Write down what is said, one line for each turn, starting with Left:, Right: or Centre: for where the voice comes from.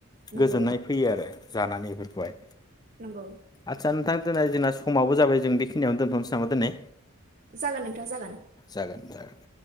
Right: नंगौ
Left: गोजोननाय फैयो आरो जानानै बेफोरखौहाय
Right: नंगौ
Left: आदसा नोंथां <inaudible> जोंना समाबो जाबाय जों बेखिनियाव दोनथ'नोसै नामा दनै
Right: जागोन नोंथां जागोन
Left: जागोन जागोन